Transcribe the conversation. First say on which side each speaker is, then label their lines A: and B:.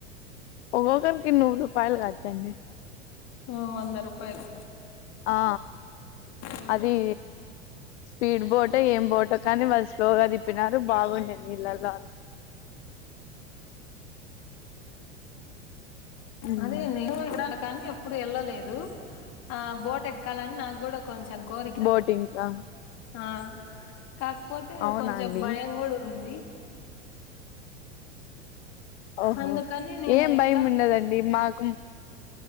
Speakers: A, on the left; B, on the left.
A: ఒక్కొక్కరికి నూరు రూపాయలు కాచ్చండి
B: ఓ వంద రూపాయలు
A: ఆ
B: ఆ
A: అది స్పీడ్ బోటో ఏం బోటో కానీ వాళ్ళు స్లోగా తిప్పినారు బాగుండేది నీళ్ళల్లో ఉమ్
B: అదిే నే <unintelligible> కానీ ఎప్పుడు వెళ్ళలేదు ఆ బోట్ ఎక్కాలని నాకు కూడా కొంచెం కోరిక
A: బోటింగ్ ఆ
B: ఆ కాకపోతే
A: అవునా
B: కొంచెం
A: అండి
B: భయం కూడా ఉంది
A: ఓహో
B: అందుకని నేను
A: ఏం
B: ఎక్కను
A: భయం ఉండదండి మాకు